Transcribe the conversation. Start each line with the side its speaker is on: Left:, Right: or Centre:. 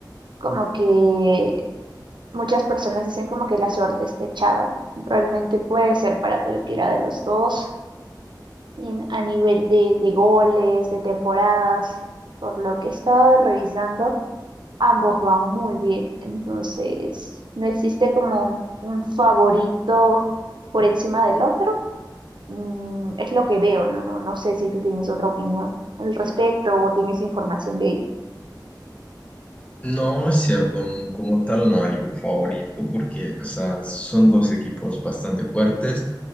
Right: como que muchas personas dicen como que la suerte está echada, ¿no? Realmente puede ser para cualquiera de los dos. en- a nivel de, de goles, de temporadas, por lo que estaba revisando, ambos van muy bien. Entonces, no existe como un favorito por encima del otro. Mm, es lo que veo, ¿no? No, no sé si tú tienes otra opinión al respecto o tienes información de ello.
Left: No, es cierto, n- como tal no hay un favorito porque, o sea, son dos equipos bastante fuertes,